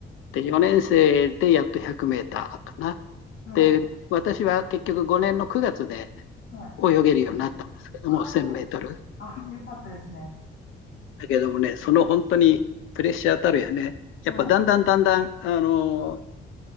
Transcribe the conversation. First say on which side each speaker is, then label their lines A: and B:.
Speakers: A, on the left; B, on the left.
A: で4年生でやっと100メーターかな。
B: はい、
A: で、私は結局5年の9月で
B: はい。
A: 泳げるようになったんですけども、
B: あ
A: 1000メートル。
B: ああ、
A: うん、
B: よかったですね。
A: だけどもね、その本当にプレッシャーたるやね、やっぱだんだんだんだん、
B: は
A: あのー